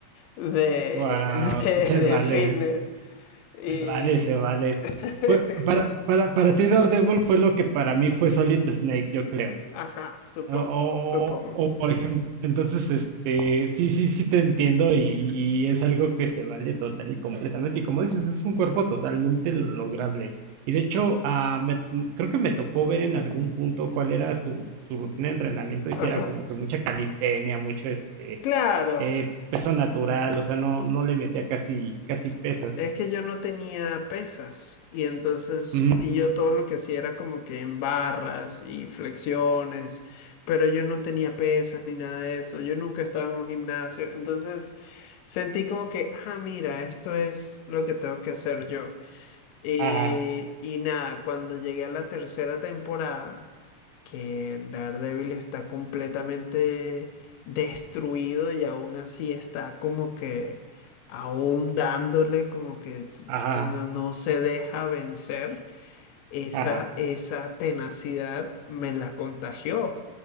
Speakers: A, on the left; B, on the right.
A: de,
B: wow,
A: <laughs> de
B: se
A: de
B: vale,
A: fitness. Y,
B: se vale, se vale.
A: <laughs>
B: Fue- para, para, para ti Daredevil fue lo que para mí fue Solid Snake, yo creo.
A: Ajá, supongo,
B: Ah, O, o-
A: supongo.
B: o, por ejemplo, entonces, este, sí, sí, sí te entiendo y, y es algo que se vale total y completamente. Y como dices, es un cuerpo totalmente lograble. Y de hecho, ah, me- creo que me tocó ver en algún punto cuál era su, su rutina de entrenamiento y
A: Ajá.
B: si era como que mucha calistenia, mucho este,
A: Claro,
B: eh, peso natural, o sea, no, no le metía casi, casi pesas.
A: es que yo no tenía pesas y entonces,
B: Ujú.
A: y yo todo lo que hacía era como que en barras y flexiones, pero yo no tenía pesas ni nada de eso, yo nunca estaba en un gimnasio, entonces sentí como que, ah, mira, esto es lo que tengo que hacer yo. Y,
B: Ajá,
A: y nada, cuando llegué a la tercera temporada, que Daredevil está completamente destruido y aún así está como que aún dándole como que s-
B: ajá,
A: no, no se deja vencer. Esa,
B: ajá,
A: esa tenacidad me la contagió